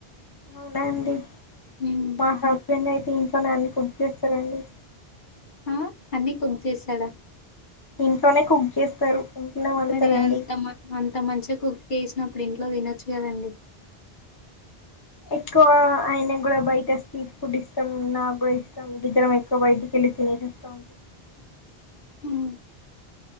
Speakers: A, on the left (about 25°); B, on the left (about 50°).
A: అవున అండి
B: మ్మ్
A: మా హస్బెండ్ ఐతే ఇంట్లోనే అన్ని కుక్ చేస్తారండి
B: ఆ అన్నీ కుక్ చేస్తాడా
A: ఇంట్లోనే కుక్ చేస్తారు ఇంట్లోనే వండుతారండి
B: మరి అంత మ మ మంచిగా కుక్ చేసినప్పుడు ఇంట్లో తినొచ్చు కదండి
A: ఎక్కువ ఆయన కూడా బయట స్ట్రీట్ ఫుడ్ ఇష్టం నాకు కూడా ఇష్టం ఇదిద్దరం ఎక్కువ బయటికెళ్ళి తినేసి వస్తా ఉంటం
B: ఉమ్